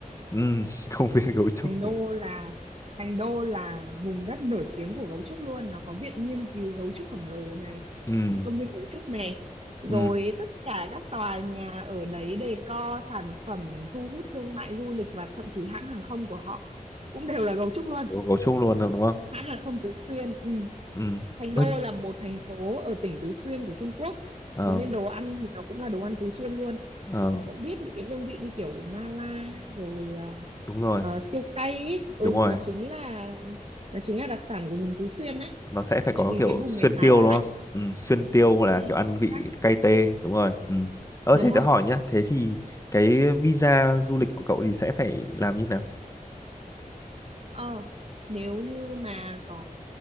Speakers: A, on the left (about 20°); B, on the right (about 45°).
A: ừ, <laughs> công viên gấu trúc
B: thành đô là thành đô là vùng đất nổi tiếng của gấu trúc luôn nó có viện nghiên cứu gấu trúc khổng lồ này
A: ừ,
B: công viên gấu trúc này rồi
A: ừ,
B: tất cả các tòa nhà ở đấy decor sản phẩm thu hút thương mại du lịch và thậm chí hãng hàng không của họ cũng đều là gấu trúc luôn
A: gấu, gấu trúc luôn rồi đúng không
B: hãng hàng không Tứ Xuyên ừ.
A: ừ.
B: Thành
A: Ơ,
B: Đô là một thành phố ở tỉnh Tứ Xuyên của Trung Quốc
A: ờ,
B: thế nên đồ ăn thì nó cũng là đồ ăn Tứ Xuyên luôn
A: ờ,
B: cậu biết những cái hương vị như kiểu mala rồi ờ,
A: đúng rồi
B: ờ, siêu cay ấy. ừ
A: đúng rồi
B: nó chính là nó chính là đặc sản của vùng Tứ Xuyên đấy
A: nó sẽ phải
B: tại
A: có
B: vì
A: kiểu
B: cái vùng
A: xuyên
B: này khá
A: tiêu
B: là
A: đúng
B: lạnh
A: không ừ, xuyên tiêu là
B: ừ chính
A: kiểu ăn vị
B: xác.
A: cay tê đúng rồi ừ. ờ
B: đúng
A: thế
B: rồi
A: tớ hỏi nhá thế thì cái visa du lịch của cậu thì sẽ phải làm như thế nào
B: ờ nếu như mà có